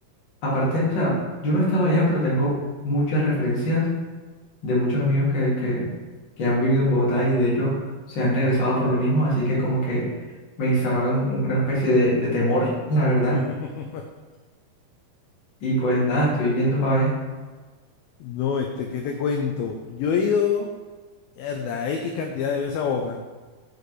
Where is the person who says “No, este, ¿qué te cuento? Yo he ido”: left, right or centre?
Left